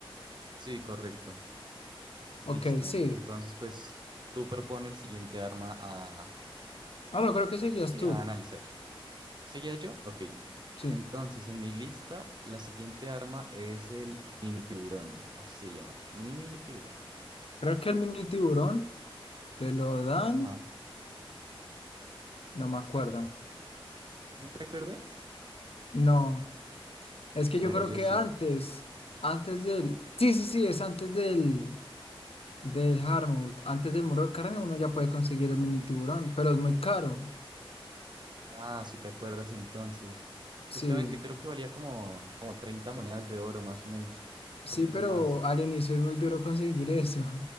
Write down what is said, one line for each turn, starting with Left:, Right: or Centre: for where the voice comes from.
Right: Sí, correcto.
Left: Ok,
Right: Listo.
Left: sí.
Right: Entonces, pues tú propone el siguiente arma a,
Left: Ah, no, creo que seguías
Right: pues sí,
Left: tú.
Right: a analizar. ¿Seguía yo? Ok.
Left: Sí.
Right: Entonces, en mi lista, la siguiente arma es el mini tiburón. Así se llama. Mini tiburón.
Left: Creo que el mini tiburón te lo dan.
Right: Ajá.
Left: No me acuerdo.
Right: ¿No te acuerdas?
Left: No. Es que
Right: Bueno,
Left: yo creo
Right: yo
Left: que
Right: sí.
Left: antes, antes del, sí, sí, sí, es antes del, del Hardmode, antes del muro de carne uno ya puede conseguir el mini tiburón, pero es muy caro.
Right: Ah, si te acuerdas entonces.
Left: Sí,
Right: Justamente creo que valía como, como 30 monedas de oro, más o menos.
Left: sí,
Right: Un poquito
Left: pero
Right: más.
Left: al inicio es muy duro conseguir eso.